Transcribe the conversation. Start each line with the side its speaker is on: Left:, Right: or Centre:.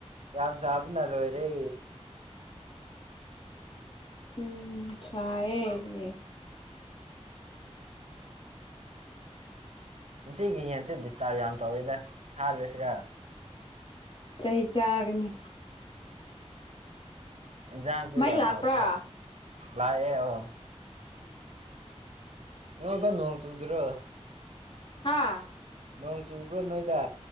Right: ꯌꯥꯝ ꯁꯥꯥꯕꯅ ꯂꯣꯏꯔꯦ
Left: ꯎꯝ ꯁꯥꯌꯦ
Right: ꯁꯤꯒꯤ ꯌꯦꯟꯁꯦ ꯗꯤꯁꯇꯥꯔꯕ ꯌꯥꯝ ꯇꯧꯋꯦꯗ ꯍꯥꯠꯂꯥꯁꯤꯔꯥ
Left: ꯆꯩ ꯆꯥꯒꯅꯤ
Right: ꯏꯟꯖꯥꯡꯁꯨ
Left: ꯃꯩ
Right: ꯌꯥꯝ
Left: ꯂꯥꯛꯄ꯭ꯔꯥ
Right: ꯍꯥꯎꯇꯦ ꯂꯥꯛꯑꯦ ꯑꯣ ꯅꯣꯏꯗ ꯅꯣꯡ ꯆꯨꯗꯔ꯭ꯣ
Left: ꯍꯥꯥ
Right: ꯅꯣꯡ ꯆꯨꯕ꯭ꯔꯣ ꯅꯣꯏꯗ